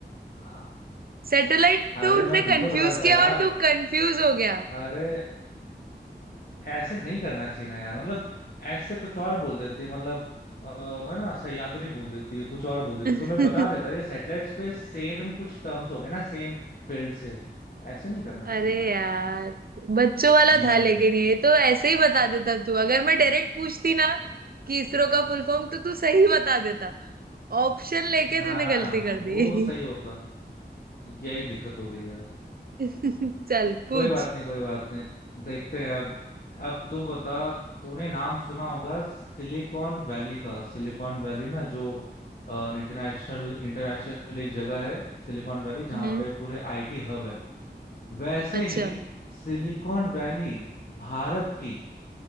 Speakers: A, on the left; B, on the right.
A: आ,
B: सैटेलाइट तो
A: अरे
B: उनने
A: मैं बिल्कुल
B: कंफ्यूज
A: बता देता
B: किया
A: यार
B: और तू कंफ्यूज हो गया
A: अरे ऐसे नहीं करना चाहिए ना यार मतलब ऐसे कुछ और बोल देते मतलब अ, है ना सह्याद्री बोल देती है कुछ और बोल देते
B: <laughs>
A: तो मैं बता देता ये सैटेलाइट्स पे सेम कुछ टर्म्स हो गए ना सेम फील्ड से ऐसे नहीं करना चाहिए
B: अरे यार बच्चों वाला
A: हम्म
B: था लेकिन ये तो ऐसे ही बता देता तू अगर मैं डायरेक्ट पूछती ना कि इसरो का फुल फॉर्म तो तू सही बता देता ऑप्शन लेके
A: हाँ
B: तूने गलती कर
A: वो
B: दी
A: सही होता यही दिक्कत हो गई यार
B: <laughs> चल पूछ
A: कोई बात नहीं कोई बात नहीं देखते हैं अब अब तू बता तूने नाम सुना होगा सिलिकॉन वैली का सिलिकॉन वैली ना जो इंटरनेशनल इंटरनेशनल एक जगह है सिलिकॉन वैली जहाँ
B: हम्म
A: पे पूरे आईटी हब है वैसे
B: अच्छा
A: ही सिलिकॉन वैली भारत की